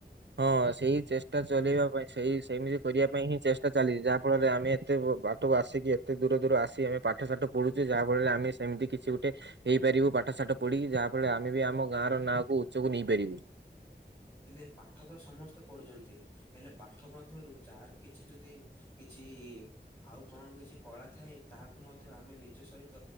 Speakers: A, on the right; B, on the left.
A: ହଁ, ସେଇ ଚେଷ୍ଟା ଚଲେଇବା ପାଇଁ, ସେଇ ସେମିତି କରିବା ପାଇଁ ହିଁ, ଚେଷ୍ଟା ଚାଲିଚି, ଯାହା ଫଳରେ ଆମେ ଏତେ ବ-ବାଟକୁ ଆସିକି ଏତେ ଦୂର ଦୂର ଆସି ଆମେ ପାଠ ସାଠ ପଢୁଛେ। ଯାହା ଫଳରେ ଆମେ ସ ସେମିତି କିଛି ଗୋଟେ ହେଇପାରିବୁ ପାଠ ସାଠ ପଢିକି। ଯାହାଫଳରେ, ଆମେ ବି ଆମ ଗାଁ ର ନାଁକୁ ଉଚ୍ଚକୁ ନେଇପାରିବୁ।
B: ହେଲେ ପାଠ ତ ସମସ୍ତେ ପଢୁଛନ୍ତି! ହେଲେ ପାଠ ମଧ୍ୟରୁ ଯାହାର କିଛି ଯଦି କିଛି-ଇ-ଇ ଆଉ କଣ କିଛି କଳା ଥାଏ! ତାହାକୁ ମଧ୍ୟ ଆମେ ନିଜ ସହିତ